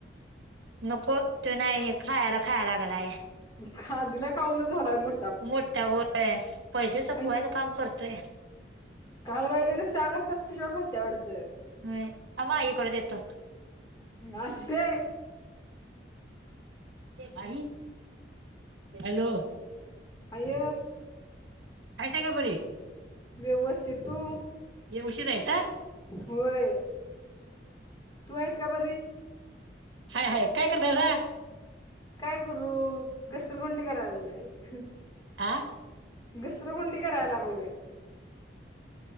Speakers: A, on the right (about 80°); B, on the left (about 20°).
A: नको. तो नाही येत खायला खायाय लागलाय.
B: खादीला खाऊन झालाय मो
A: मोठा होय. पैसे संपवायच
B: आणि
A: काम करतोय.
B: काल बाई तेन सहाला सप्त शिवा घालत्या वाटत.
A: होय. थांबा आई कडे देतो.
B: आते.
A: आई हॅलो.
B: आय
A: हायसा का बरी.
B: व्यवस्थित. तू?
A: ये उशीर आहेसा
B: होय. तु आहेस का बरी?
A: हाय हाय. काय करतायसा?
B: काय करू घसरगुंडी करायलोय बाई.
A: आ
B: घसरगुंडी करायला लागलोय.